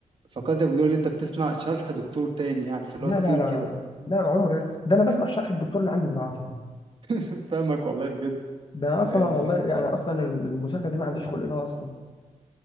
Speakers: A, on the right; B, on the left.
A: فكرتك بتقول ان انت بتسمع شرح دكتور تاني يعني فاللي
B: لا
A: هو كتير
B: لا لا
A: كده
B: لا عمر ده انا بسمع شرح الدكتور اللي عندي بالعافيه
A: <laughs> فاهمك والله بجد
B: ده انا اصلا
A: آه،
B: والله يعني اصلا المذاكره دي ما عنديش خلق لها اصلا